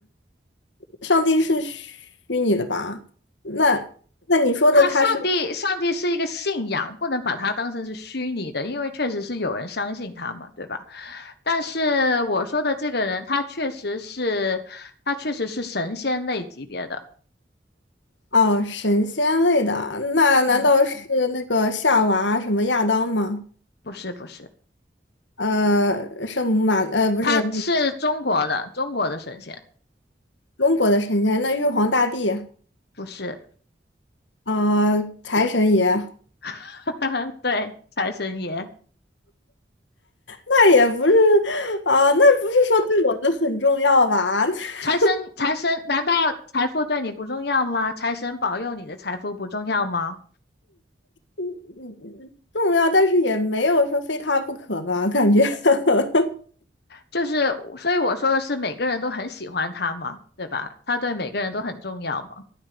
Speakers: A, on the left (about 80°); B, on the left (about 65°).
A: 上帝是虚拟的吧？那那你说的他是
B: 他上帝，上帝是一个信仰，不能把它当成是虚拟的，因为确实是有人相信他嘛，对吧？但是我说的这个人，他确实是，他确实是神仙类级别的，
A: 哦神仙类的啊那难道是那个夏娃什么亚当吗？
B: 嗯，不是不是，
A: 呃，圣母玛呃不是
B: 他是中国的，中国的神仙，
A: 中国的神仙，那玉皇大帝
B: 不是，
A: 啊，财神爷。
B: <laughs> 对，财神爷，
A: 那也不是啊、那不是说对我们很重要吧？<laughs>
B: 财神财神，难道财富对你不重要吗？财神保佑你的财富不重要吗？
A: 嗯嗯重要，但是也没有说非他不可吧，感觉。<laughs>
B: 就是，所以我说的是每个人都很喜欢他嘛，对吧？他对每个人都很重要嘛，